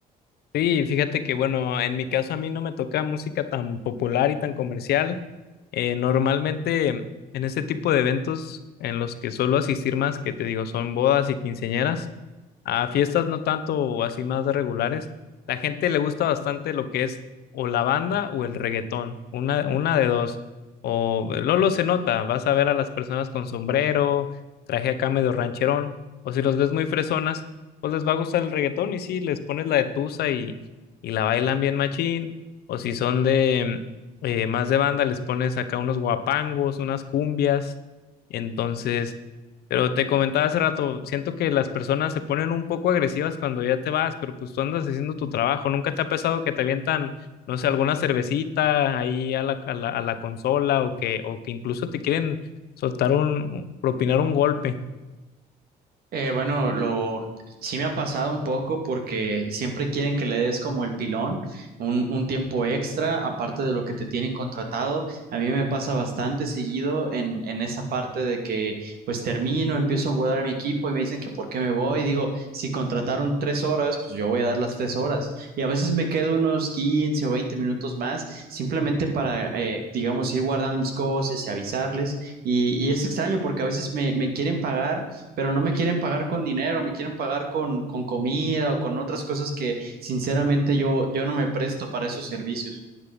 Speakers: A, on the left (about 70°); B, on the right (about 65°).
A: Sí, fíjate que bueno, en mi caso a mí no me toca música tan popular y tan comercial. Eh, normalmente em, en este tipo de eventos en los que suelo asistir más, que te digo, son bodas y quinceañeras, a fiestas no tanto o así más regulares, la gente le gusta bastante lo que es o la banda o el reggaetón, una, una de dos. O Lolo se nota, vas a ver a las personas con sombrero, traje acá medio rancherón, o si los ves muy fresonas pues les va a gustar el reggaetón y sí, les pones la de Tusa y, y la bailan bien machín. O si son de eh, más de banda, les pones acá unos guapangos, unas cumbias. Entonces, pero te comentaba hace rato, siento que las personas se ponen un poco agresivas cuando ya te vas, pero pues tú andas haciendo tu trabajo. ¿Nunca te ha pasado que te avientan, no sé, alguna cervecita ahí a la, a la, a la consola o que, o que incluso te quieren soltar un, propinar un golpe?
B: Eh, bueno, lo sí me ha pasado un poco porque siempre quieren que le des como el pilón, un, un tiempo extra, aparte de lo que te tienen contratado. A mí me pasa bastante seguido en, en esa parte de que pues termino, empiezo a jugar a mi equipo y me dicen que por qué me voy. Digo, si contrataron tres horas, pues yo voy a dar las tres horas. Y a veces me quedo unos 15 o 20 minutos más, simplemente para, eh, digamos, ir guardando mis cosas y avisarles. Y, y es extraño porque a veces me me quieren pagar pero no me quieren pagar con dinero, me quieren pagar con, con comida o con otras cosas que sinceramente yo, yo no me presto para esos servicios.